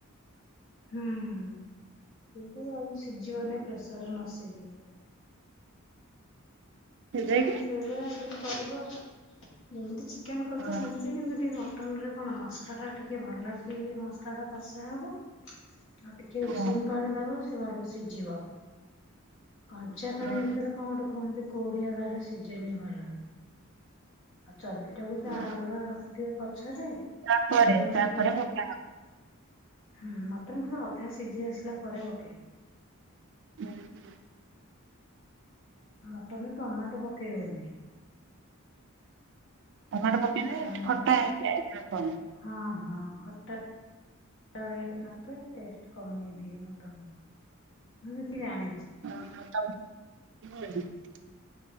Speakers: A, on the left; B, on the right.
A: ହୁଁ ହୁଁ ସେଇ ତ ଆଉ ସିଝିବନି ପ୍ରେସରରେ ନ ସିଝେଇଲେ।
B: ସିଜେଇକି
A: ଆଉ ସେଇଭଳିଆ ଏମିତି କରିବ ଯେମିତି ଚିକେନ କରଚ
B: ହଁ
A: ସେମି ତି କିନ୍ତୁ ଟିକେ ମଟନରେ କଣ ମସଲାଟା ଟିକେ ଭଲ କି ମସଲାଟା କଷା ହବ ଆଉ ଟିକେ
B: ହଁ
A: ଉଷୁମ ପାଣି ଦବ ସେ ଭଲ ସିଝିବ। କଞ୍ଚା ପାଣି
B: ହଁ
A: ଦେଇଦେଲେ କଣ ଗୋଟେ କୁହନ୍ତି କୋଉଡିଆ ଧରେ ସିଝେନି ଭଲକି ଆଉ ଚର୍ବିଟାକୁ ତ
B: ହଁ।
A: ଆ ଅଲଗା ରଖି ଥିବ ପଛରେ
B: ତାପରେ
A: ଗରମ ପାଣିରେ
B: ତାପରେ
A: ଫୁ
B: ପକା
A: ହୁଁ ମଟନ ପୁରା ଅଧା ସିଝି ଆସିଲା ପରେ ପକେଇବେ।
B: <inaudible>
A: ଆଉ ମଟନରେ ଟମାଟୋ ପକେଇବନି।
B: ଟମାଟ ପକେଇନେ
A: ଆଉ
B: ଖଟା ହେଇଯାଏ ନା କଣ।
A: ହଁ ହଁ ଖଟା ଳିଆ ଟିକେ ଟେଷ୍ଟ କମେଇ ଦିଏ ମଟନର ମୁଁ ଯେତିକି ଜାଣିଚି।
B: ଓହୋ <unintelligible>